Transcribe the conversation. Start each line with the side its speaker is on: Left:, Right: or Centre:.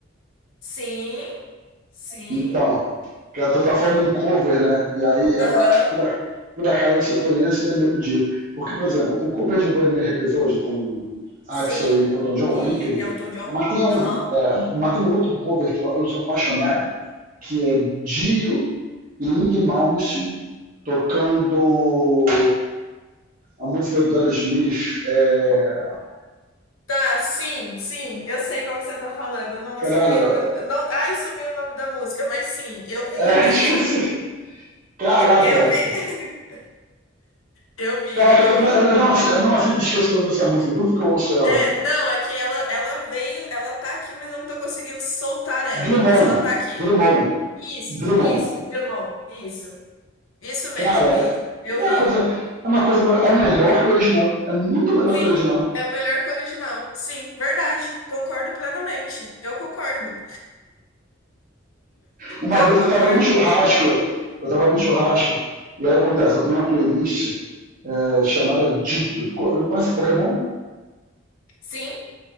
Left: Sim, sim,
Right: Então, cara, tu tá falando em cover, né? E aí, a- a-
Left: aham,
Right: por, ac- por acaso, eu setorei esse vermelho do Dio. Porque, por exemplo, o cover de Bohemian Rhapsody com Axel
Left: sim.
Right: e Elton John
Left: E,
Right: é incrível.
Left: e Elton John?
Right: Mas tem um,
Left: Aham.
Right: Mas tem um outro cover que eu, eu sou apaixonado, que é Dio e Ing Malmsteen tocando a música do Aerosmith. É...
Left: Tá, sim, sim, eu sei qual que você tá falando. Eu não vou
Right: Caralho,
Left: saber.
Right: <laughs>
Left: eu- eu não, ai, sumiu o nome da música, mas sim, eu vi.
Right: é,
Left: <laughs>
Right: esqueci. Caraca,
Left: Eu vi. <laughs> Eu vi,
Right: caraca,
Left: eu
Right: eu
Left: vi.
Right: não, eu não aceito esquecer o nome dessa música, tanto que eu ouço ela.
Left: É, não, é que ela, ela veio, ela tá aqui, mas eu não tô conseguindo soltar ela,
Right: Drummond,
Left: mas ela tá aqui.
Right: Drummond,
Left: Isso,
Right: Drummond.
Left: isso, Demon, isso. Isso mesmo,
Right: Cara,
Left: isso. Eu
Right: é uma
Left: vi.
Right: coisa, é uma coisa, bra- é melhor que o original, é muito melhor
Left: Sim,
Right: que o original.
Left: é melhor que o original. Sim, verdade. Concordo plenamente. Eu concordo.
Right: Uma
Left: Eu
Right: vez eu
Left: concordo.
Right: estava num churrasco, eu estava num churrasco, e aí acontece, eu tenho uma playlist é, chamada Dito. Conhece Pokémon?
Left: Sim,